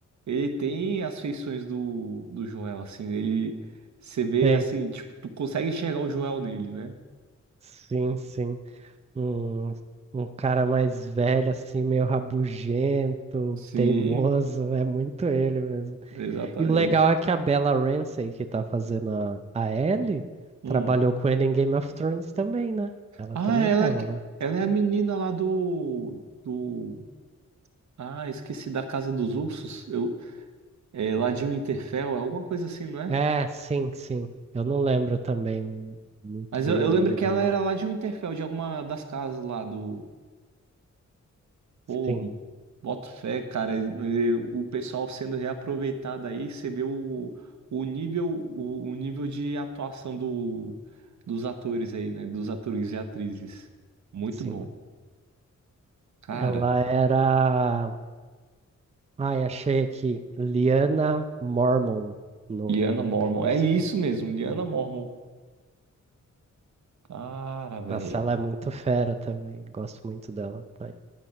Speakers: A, on the right (about 70°); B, on the right (about 20°).
A: ele tem as feições do, do Joel, assim, ele, você vê,
B: Tem.
A: assim, tipo, tu consegue enxergar o Joel nele, né?
B: Sim, sim. Um, um cara mais velho, assim, meio rabugento,
A: Sim,
B: teimoso, é muito ele mesmo.
A: exatamente.
B: E o legal é que a Bella Ramsey, que tá fazendo a, a Ellie,
A: Hum.
B: trabalhou com ele em Game of Thrones também, né? Ela
A: Ah,
B: também
A: ela,
B: tava
A: é que-
B: lá.
A: ela é a menina lá do, do. Ah, esqueci da Casa dos Ursos. Eu, é, lá de Winterfell, é alguma coisa assim, não é?
B: É, sim, sim. Eu não lembro também muito
A: Mas
B: bem
A: eu, eu
B: o nome
A: lembro que
B: dela.
A: ela era lá de Winterfell, de alguma das casas lá do. Pô,
B: Sim,
A: boto fé, cara. e- e O pessoal sendo reaproveitado aí, você vê o, o nível, o, o nível de atuação do, dos atores aí, né? Dos atores e atrizes. Muito
B: sim.
A: bom. Cara.
B: Ela era. Ai, achei aqui. Lyanna Mormont no,
A: Liana
B: no
A: Mormon.
B: Game of
A: É
B: Thrones.
A: isso mesmo, Liana Mormon. Cara, velho.
B: Nossa, ela é muito fera também. Gosto muito dela. Tá